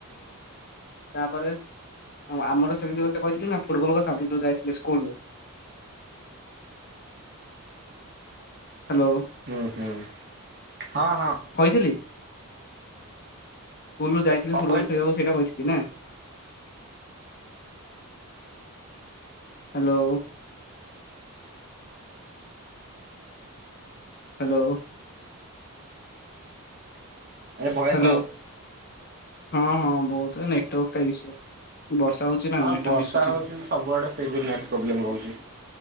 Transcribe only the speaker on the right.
ହୁଁ ହୁଁ ହଁ ହଁ
ହଁ
ଏ ଭୟସ
ଆଉ <unintelligible>
ହଁ
ବର୍ଷା
ହଉଛି ସବୁଆଡେ ସେ ଜୁନିଅର୍ ପ୍ରବ୍ଲେମ ରହୁଛି।